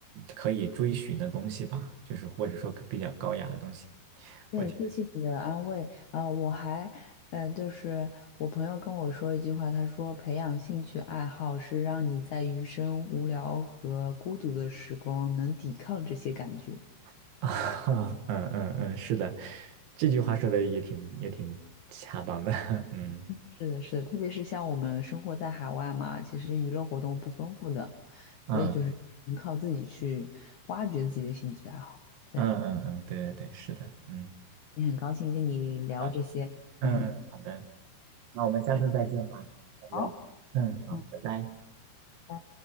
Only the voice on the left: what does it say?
<laughs> 对，
谢谢你的安慰啊，我还，呃，就是我朋友跟我说一句话，他说培养兴趣爱好是让你在余生无聊和孤独的时光能抵抗这些感觉。
是的，是的，特别是像我们生活在海外嘛，其实娱乐活动不丰富的，
所以就是能靠自己去挖掘自己的兴趣爱好。对，
也很高兴跟你聊这些，
嗯，
好，
嗯，
拜拜。